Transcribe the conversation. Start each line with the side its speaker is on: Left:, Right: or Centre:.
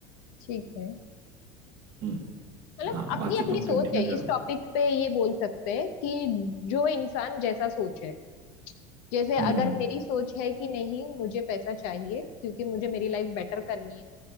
Left: ठीक है
Right: हम्म
Left: मतलब
Right: हाँ
Left: अपनी
Right: बाकी
Left: अपनी
Right: तुम
Left: सोच
Right: कंटिन्यू
Left: है इस
Right: करो
Left: टॉपिक पे ये बोल सकते हैं कि जो इंसान जैसा सोचे जैसे
Right: हम्म
Left: अगर
Right: हम्म
Left: मेरी सोच है कि नहीं मुझे पैसा चाहिए क्योंकि मुझे मेरी लाइफ बेटर करनी है